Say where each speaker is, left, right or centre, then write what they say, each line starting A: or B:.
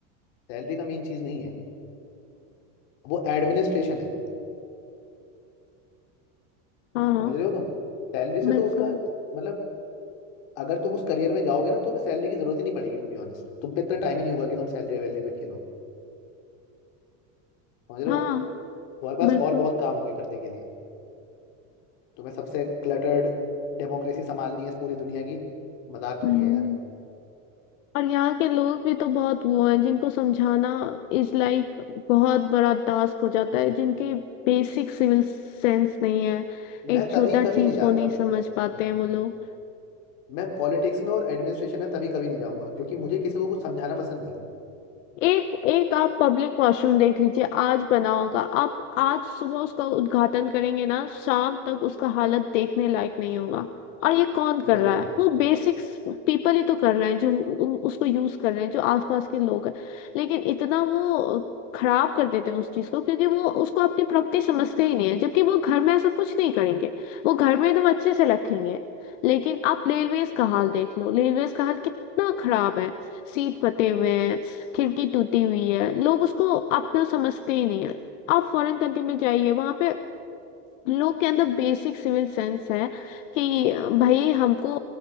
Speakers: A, on the left; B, on the left.
A: सैलरी का मेन चीज नहीं है वो एडमिनिस्ट्रेशन है
B: हाँ
A: समझ रहे हो तुम सैलरी से
B: बिल्कुल
A: तो उसका मतलब अगर तुम उस करियर में जाओगे ना तो तुम्हें सैलरी की जरूरत ही नहीं पड़ेगी टू बी ऑनेस्ट तुम पे इतना टाइम ही नहीं होगा कि तुम सैलरी वैलरी पे खेलो समझ रहे
B: हाँ
A: हो तुम्हारे पास
B: बिल्कुल
A: और बहुत काम होंगे करने के लिए तुम्हें सबसे क्लटर्ड डेमोक्रेसी संभालनी है इस पूरी दुनिया की मजाक
B: हम्म
A: थोड़ी है यार
B: और यहाँ के लोग भी तो बहुत वो हैं जिनको समझाना इज लाइक बहुत बड़ा टास्क हो जाता है जिनके बेसिक सिविल सेंस नहीं है एक
A: मैं तभी
B: छोटा
A: कभी
B: चीज
A: नहीं जाता
B: को नहीं समझ पाते
A: हम्म।
B: हैं वो लोग
A: मैं पॉलिटिक्स में और एडमिनिस्ट्रेशन में तभी कभी नहीं जाऊंगा क्योंकि मुझे किसी को कुछ समझाना पसंद नहीं है
B: एक एक आप पब्लिक वॉशरूम देख लीजिए आज बना होगा आप आज सुबह उसका उद्घाटन करेंगे ना शाम तक उसका हालत देखने लायक नहीं होगा और ये कौन कर
A: वही
B: रहा
A: वही
B: है वो बेसिक्स पीपल ही तो कर रहे हैं जो उ- उ- उसको यूज कर रहे हैं जो आसपास के लोग हैं लेकिन इतना वो खराब कर देते हैं उस चीज को क्योंकि वो उसको अपनी प्रॉपर्टी समझते ही नहीं है जबकि वो घर में ऐसा कुछ नहीं करेंगे वो घर में एकदम अच्छे से रखेंगे लेकिन आप रेलवेज का हाल देख लो रेलवेज का हाल कितना खराब है सीट फटे हुए हैं खिड़की टूटी हुई है लोग उसको अपना समझते ही नहीं है आप फॉरेन कंट्री में जाइए वहां पे लोग के अंदर बेसिक सिविल सेंस है कि भाई हमको